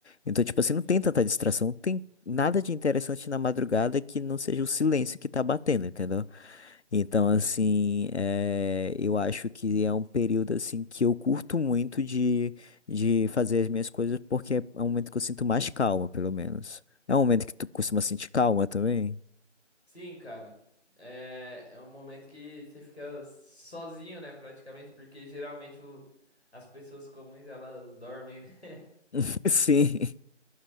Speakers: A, on the left; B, in the centre.
A: Então, tipo assim,
B: Sim.
A: não tem tanta distração, não tem nada de interessante na madrugada que não seja o silêncio que tá batendo, entendeu? Então, assim, é, eu acho que é um período, assim, que eu curto muito de, de fazer as minhas coisas, porque é um momento que eu sinto mais calma, pelo menos. É um momento que tu costuma sentir calma também?
B: Sim, cara. É, é um momento que você fica sozinho, né, praticamente, porque geralmente o- as pessoas comuns elas dormem, né? <laughs>
A: <laughs> Sim.